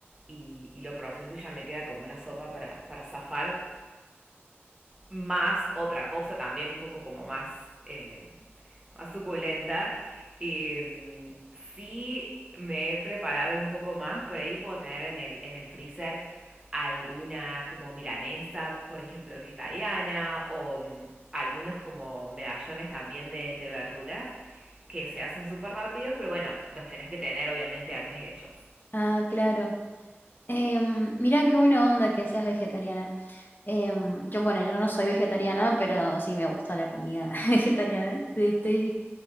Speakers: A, on the right; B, on the left.
A: y, y lo proceso y ya me queda como una sopa para, para zafar. Más otra cosa también un poco como más, eh, más suculenta. Y, sí me he preparado un poco más, por ahí puedo tener en el, en el freezer alguna como milanesa, por ejemplo, vegetariana, o mm, algunos como medallones también de, de verduras que se hacen súper rápidos, pero bueno, los tenés que tener obviamente antes hechos.
B: Ah, claro. Em, mirá qué buena onda que seas vegetariana. Em, yo, bueno, yo no soy vegetariana, pero sí me gusta la comida <laughs> vegetariana. Estoy